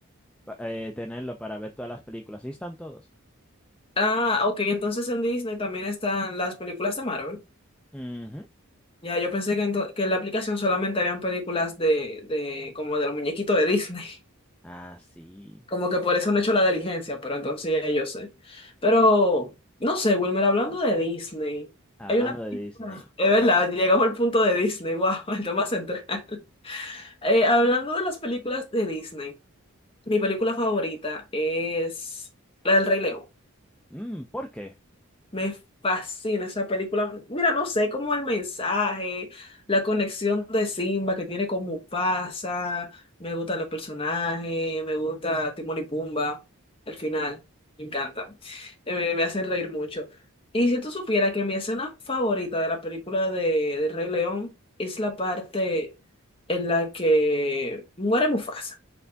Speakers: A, in the centre; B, on the left.
A: pa- eh, tenerlo para ver todas las películas. Ahí están todos.
B: Ah, ok, entonces en Disney también están las películas de Marvel.
A: Ujú.
B: Ya, yo pensé que, ento- que en la aplicación solamente habían películas de, de como de los muñequitos de Disney. <laughs>
A: Ah, sí.
B: Como que por eso no he hecho la diligencia, pero entonces sí, ya yo sé. Pero, no sé, Wilmer, hablando de Disney,
A: Hablando
B: hay una película,
A: de Disney.
B: es verdad, llegamos al punto de Disney, <laughs> wow, el tema central. <laughs> Eh, hablando de las películas de Disney, mi película favorita es la del Rey León.
A: Mm, ¿por qué?
B: Me fascina esa película. Mira, no sé, como el mensaje, la conexión de Simba que tiene con Mufasa. Me gustan los personajes, me gusta Timón y Pumba. El final, me encanta. Eh, me, me hacen reír mucho. Y si tú supieras que mi escena favorita de la película de, de Rey León es la parte en la que muere Mufasa.